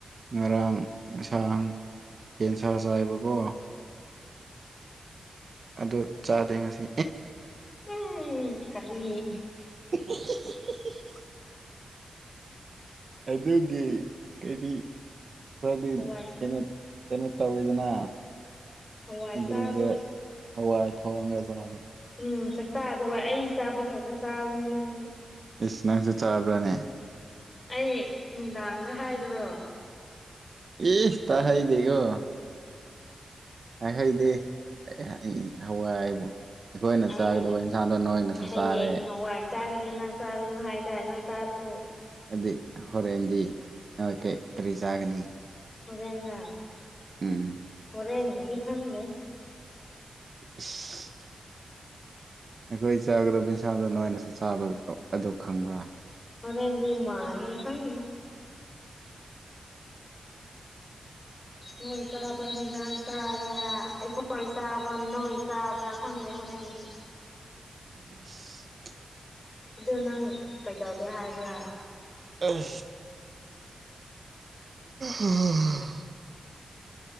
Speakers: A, on the right; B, on the left.
A: ꯉꯔꯥꯡ ꯉꯁꯥꯡ ꯌꯦꯟꯁꯥ ꯆꯥꯏꯌꯦꯕ ꯀꯣ ꯑꯗꯨ ꯆꯥꯗꯦ ꯉꯁꯤ
B: ꯑꯩ ꯀꯔꯤ
A: <unintelligible> ꯑꯗꯨꯒꯤ ꯀꯔꯤ ꯈꯔꯗꯤ
B: ꯍꯋꯥꯏ
A: ꯀꯩꯅꯣ ꯀꯩꯅꯣ ꯇꯧꯋꯦꯗꯅ
B: ꯍꯋꯥꯏ
A: ꯑꯗꯨꯒ
B: ꯆꯥꯕ꯭ꯔꯣ
A: ꯍꯋꯥꯏ ꯊꯣꯡꯉꯒ ꯆꯥꯕ
B: ꯎꯝ ꯁꯛꯇꯥ ꯗꯨꯒ ꯑꯩ ꯆꯥꯕ ꯈꯛꯇ ꯆꯥꯕꯅꯤ ꯅꯪꯗꯤ
A: ꯏꯁ ꯅꯪꯁꯨ ꯆꯥꯕ꯭ꯔꯥꯅꯦ
B: ꯑꯩ ꯅꯨꯡꯗꯥꯡꯗ ꯍꯥꯏꯗ꯭ꯔꯣ
A: ꯏ ꯇꯥꯍꯥꯏꯗꯦꯀꯣ ꯍꯥꯏꯍꯩꯗꯦ ꯑꯩ ꯍꯋꯥꯏꯕꯨ ꯑꯩꯈꯣꯏꯅ
B: ꯑꯩ
A: ꯆꯥꯒꯗꯧꯕ ꯏꯟꯁꯥꯡꯗꯣ ꯅꯣꯏꯅꯁꯨ
B: ꯍꯌꯦꯡ
A: ꯆꯥꯔꯦ
B: ꯍꯋꯥꯏ ꯆꯥꯒꯅꯤ ꯅꯪ ꯆꯥꯒꯅꯨ ꯍꯥꯏꯇꯥꯏ ꯅꯪ ꯆꯥꯗ꯭ꯔꯣ
A: ꯑꯗꯨꯗꯤ ꯍꯣꯔꯦꯟꯗꯤ ꯀꯩ ꯀꯔꯤ ꯆꯥꯒꯅꯤ
B: ꯍꯣꯔꯦꯟꯂꯥ
A: ꯎꯝ
B: ꯍꯣꯔꯦꯟꯒꯗꯤ ꯈꯪꯗꯦꯍꯦ
A: ꯏꯁ ꯑꯩꯈꯣꯏ ꯆꯥꯒꯗꯕ ꯄꯩꯁꯥꯗꯣ ꯅꯣꯏꯅꯁꯨ ꯆꯥꯕ ꯑꯗꯨ ꯈꯪꯕ꯭ꯔꯥ
B: ꯍꯔꯦꯟꯗꯤ ꯃꯥꯜꯂꯦ ꯈꯪꯗꯦꯍꯦ ꯅꯣꯏ ꯆꯥꯕ ꯍꯤꯟꯖꯥꯡ ꯆꯥꯒꯦꯔ ꯑꯩꯈꯣꯏ ꯑꯈꯣꯏ ꯆꯥꯕ ꯅꯣꯏ ꯆꯥꯕ꯭ꯔꯥ ꯈꯪꯗꯦ ꯍꯣꯔꯦꯟꯗꯤ
A: <unintelligible> ꯏꯁ
B: ꯑꯗꯨ ꯅꯪ ꯀꯩꯗꯧꯒꯦ ꯍꯥꯏꯕ꯭ꯔꯥ
A: ꯑꯦ <unintelligible>